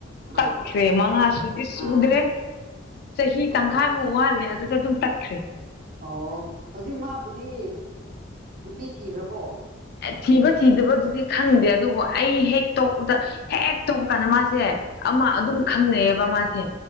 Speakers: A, on the left (about 55°); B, on the right (about 50°).
A: ꯇꯈ꯭ꯔꯦ
B: ꯑꯥ ꯍꯥ
A: ꯃꯉꯥ ꯁꯗꯤꯤ ꯁꯗꯔꯦ
B: ꯑꯥ
A: ꯆꯍꯤ ꯇꯪꯈꯥꯏꯃꯨꯛ
B: ꯑꯣ
A: ꯋꯥꯍꯜꯂꯦ ꯑꯗꯨꯗ ꯑꯗꯨꯝ ꯇꯠꯈ꯭ꯔꯦ
B: ꯑꯣ ꯍꯧꯖꯤꯛ ꯃꯥꯕꯨꯗꯤ ꯅꯨꯄꯤ ꯊꯤꯈ꯭ꯔꯕꯣ
A: ꯊꯤꯕ ꯊꯤꯗꯕꯗꯨꯗꯤ ꯈꯪꯗꯦ ꯑꯗꯨꯕꯨ ꯑꯩ ꯍꯦꯛ ꯇꯣꯛꯄꯗ ꯍꯦꯛ ꯇꯣꯛꯄ ꯀꯥꯟꯗ ꯃꯥꯁꯦ ꯑꯃ ꯑꯗꯨꯝ
B: ꯑꯥ
A: ꯈꯪꯅꯩꯌꯦꯕ ꯃꯥꯁꯦ